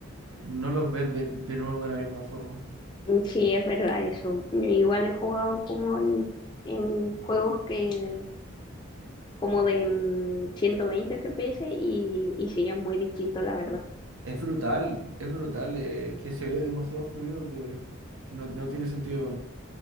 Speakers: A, on the right; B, on the left.
A: eh, no los ves de, de nuevo de la misma forma.
B: Mm, Sí, es verdad eso. Igual he jugado como en, en juegos que como de mm, 120 FPS y, y sí, es muy distinto, la verdad.
A: Es brutal, es brutal, eh, que se ve demasiado fluido que, que no, no tiene sentido, weón.